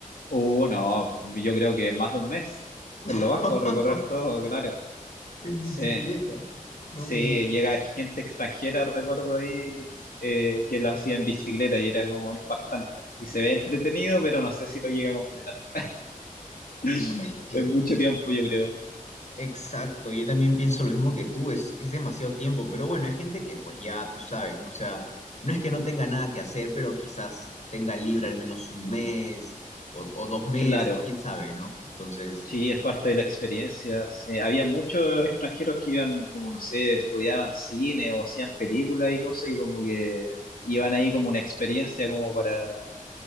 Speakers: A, on the left; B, on the left.
A: Uh, no, yo creo que más de un mes, por
B: <laughs>
A: lo bajo, recorrer todo, claro.
B: en
A: Sí,
B: bicicleta. No.
A: sí, llega gente extranjera, recuerdo ahí, eh, que lo hacía en bicicleta y era como impactante. Y se ve entretenido, pero no sé si lo llega a concretar. <laughs>
B: No, es que,
A: Es mucho tiempo, yo creo.
B: exacto, yo también pienso lo mismo que tú, es, es demasiado tiempo, pero bueno, hay gente que pues ya tú sabes, ¿no? O sea, no es que no tenga nada que hacer, pero quizás tenga libre al menos un mes o, o dos meses,
A: Claro.
B: quién sabe, ¿no? Entonces,
A: Sí, es parte de la experiencia. sí. Había muchos extranjeros que iban, como no sé, estudiaban cine o hacían películas y cosas y como que iban ahí como una experiencia como para